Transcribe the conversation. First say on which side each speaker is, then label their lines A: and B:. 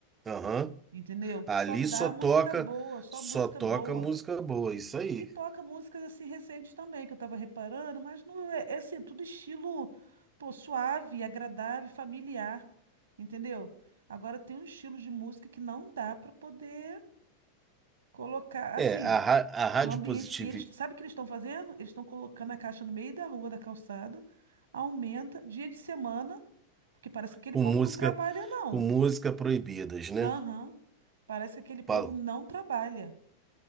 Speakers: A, on the right (about 20°); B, on the right (about 70°).
A: Aham.
B: entendeu? Que
A: Ali
B: só dá
A: só toca,
B: música boa, só
A: só
B: música
A: toca
B: boa.
A: música boa, isso aí.
B: E toca músicas assim recentes também, que eu tava reparando, mas não é, é assim, tudo estilo, pô, suave, agradável, familiar, entendeu? Agora tem um estilo de música que não dá pra poder colocar
A: É,
B: assim
A: a, ra- a Rádio
B: no ambiente.
A: Positivo.
B: E eles, sabe o que eles estão fazendo? Eles estão colocando a caixa no meio da rua, da calçada, aumenta dia de semana, porque parece que aquele
A: com
B: povo
A: música,
B: não trabalha, não.
A: com música proibidas, né?
B: Aham. Parece que aquele povo
A: Pau,
B: não trabalha.